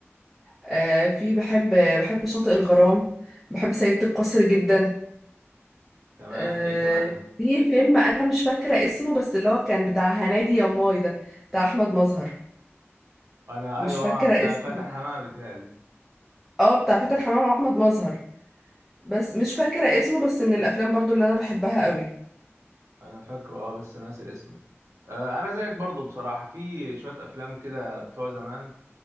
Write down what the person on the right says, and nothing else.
تمام
ايه كمان
انا
ايوه
آه، ده
فاتن حمامه بيتهيألي
انا فاكره اه بس ناسي اسمه آه انا زيك برضو بصراحه في شويه افلام كده بتوع زمان